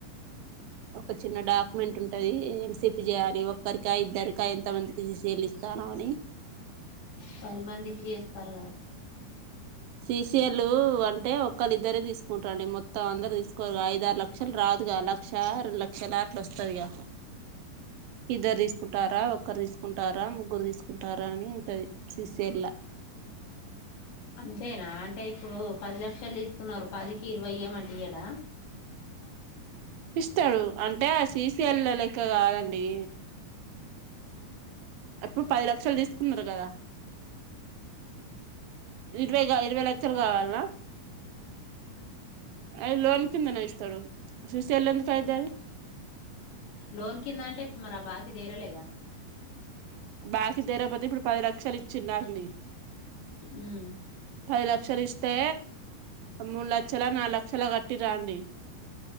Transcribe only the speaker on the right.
ఒక చిన్న డాక్యుమెంట్ ఉంటు ఉంటది ఏం సిప్ చేయాలి ఒక్కరికా ఇద్దరికా ఎంత మందికి సేలి ఇస్తానవు అని
ససిఎలు అంటే ఒకళ్ళ ఇద్దరే తీసుకుంటారండి మొత్తం అందరుూ తీసుకోవరు ఐదు ఆరు లక్షలు రాదుగా లక్ష రెండు లక్షలులాట్లు వస్తది ఇ ఇద్దరు తీసుకుంటారా ఒక్కరు తీసుకుంటారా ముగ్గురు తీసుకుంటారా అని ఉంటది చూస్ చేయల
ఇస్తాడు అంటే ఆ ససిీఎల్ లెక్క కాదండి ఎప్పుడు పది లక్షలు తీసుకున్నారు కదా ఇరవై ఇరవై లక్షలు కావాలన అయి లోన్ కింద నే ఇస్తాడు సిసిఎల్ ఎలా అవుది అది
బాకి తీరకపోతే ఇప్పుడు పది లక్షలు ఇచ్చి దాన్ని
పది లక్షలు ఇస్తే మూడు లక్షల నాలుగు లక్షలా కట్టి రండి